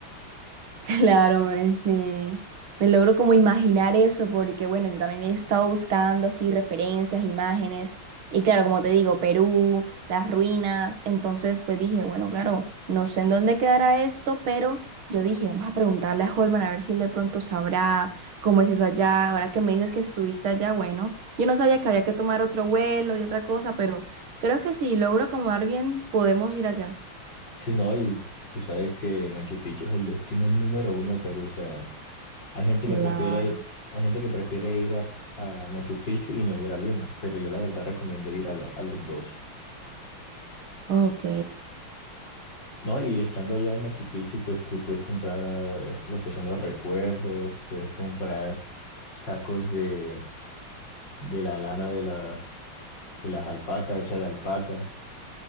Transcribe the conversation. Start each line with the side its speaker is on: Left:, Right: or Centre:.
Right: Claro, me, me, me logro como imaginar eso porque, bueno, yo también he estado buscando así referencias, imágenes, y claro, como te digo, Perú, las ruinas, entonces pues dije, bueno, claro, no sé en dónde quedará esto, pero yo dije, vamos a preguntarle a Holman a ver si él de pronto sabrá cómo es eso allá, ahora que me dices que estuviste allá, bueno, yo no sabía que había que tomar otro vuelo y otra cosa, pero creo que si logro acomodar bien, podemos ir allá.
Left: Sí, no, y tú sabes que Machu Picchu es el destino número uno de Perú. O sea, Hay gente
Right: Claro.
Left: que prefiere, hay gente que prefiere ir a, a Machu Picchu y no ir a Lima, pero yo la verdad recomiendo ir a, la- a los dos.
Right: Ok.
Left: No, y estando allá en Machu Picchu, pues tú puedes comprar ah, lo que son los recuerdos, puedes comprar sacos de, de la lana de, la, de las alpacas, hechas de alpaca,